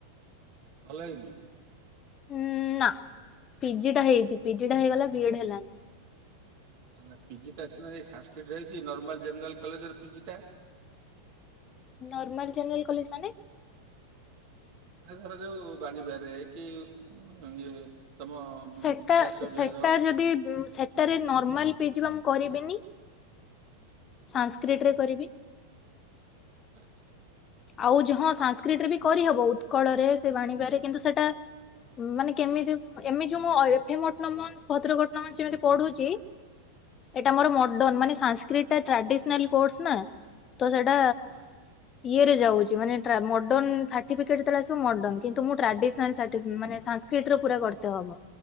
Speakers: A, on the right; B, on the left.
A: ଭଲ ହେଇନି?
B: ଉଁଉଁଉଁ ନା, ପିଜିଟା ହେଇଛି ପିଜିଟା ହେଇଗଲା ବିଏଡ ହେଲାନି।
A: ନା ନା ପିଜିଟା‌ ସିନା ଏଇ ସାନସ୍କ୍ରିଟରେ ହେଇଛି ନର୍ମାଲ ଜେନେରାଲ କଲେଜର ପିଜିଟା?
B: ନର୍ମାଲ୍ ଜେନେରାଲ୍ କଲେଜ ମାନେ?
A: ଏ ଧରାଯାଉ ବାଣୀବିହାରେ କି ଇଏ। ତମ
B: ସେଟା,
A: ବ୍ୟାସ
B: ସେଟା
A: ବିହାର
B: ଯଦି ସେଟାରେ ନର୍ମାଲ ପିଜି ପା ମୁଁ କରିବିନି ସାଂସ୍କିଡ଼ି ରେ କରିବି।
A: ଆଚ୍ଛା।
B: ଆଉ ଯ ହଁ ସାଂସ୍କ୍ରିଡି ରେ ବି କରିହବ ଉତ୍କଳରେ ସେ ବାଣିବାରେ କିନ୍ତୁ ସେଟା ମାନେ କେମିତି ଏମି ଯୋଉ ମୁଁ ଏଫଟ ଭଦ୍ରକଟନମ ଯେମିତି ପଢୁଛି ଏଟା ମୋର ମଡର୍ଣ ମାନେ ସାଂସ୍କ୍ରାଡି ଟ୍ରାଡିସନାଲ କୋର୍ସ ନା ତ ସେଇଟା
A: ହଁ
B: ଇଏ ରେ ଯାଉଛି ମାନେ ମଡର୍ଣ୍ଣ ସାର୍ଟିଫିକେଟ ତବେଳେ ଆସିବ ମଡର୍ଣ୍ଣ କିନ୍ତୁ ମୁଁ ଟ୍ରାଡିସନାଲ ମାନେ ସାସ୍କ୍ରରେ ପୁରା କରେ ହବ